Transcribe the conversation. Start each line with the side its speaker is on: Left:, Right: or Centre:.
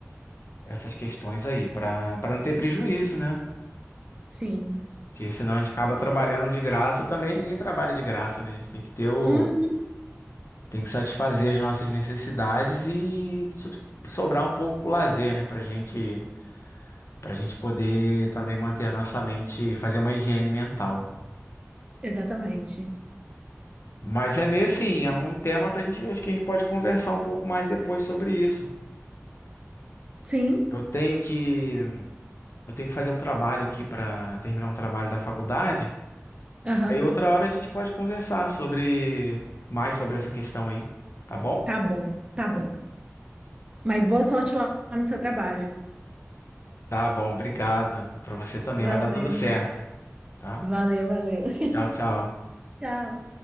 Left: essas questões aí, para para não ter prejuízo, né?
Right: Sim.
Left: Porque senão a gente acaba trabalhando de graça também, ninguém trabalha de graça, né? A gente tem que ter o
Right: Uhum,
Left: Tem que satisfazer as nossas necessidades e so- sobrar um pouco pro lazer, né? Pra gente, pra gente poder também manter a nossa mente, fazer uma higiene mental.
Right: exatamente.
Left: Mas é meio assim,
Right: Exatamente.
Left: é um tema pra gente, acho que a gente pode conversar um pouco mais depois sobre isso.
Right: Sim,
Left: Eu tenho que, eu tenho que fazer um trabalho aqui para terminar um trabalho da faculdade.
Right: aham.
Left: Aí outra hora a gente pode conversar sobre mais sobre essa questão aí, tá bom?
Right: Tá bom, tá bom. Mas boa sorte lá no seu trabalho.
Left: Tá bom, obrigado. Pra você também
Right: Valeu,
Left: vai dar tudo certo, tá?
Right: valeu, valeu.
Left: Tchau, tchau.
Right: <laughs> Tchau.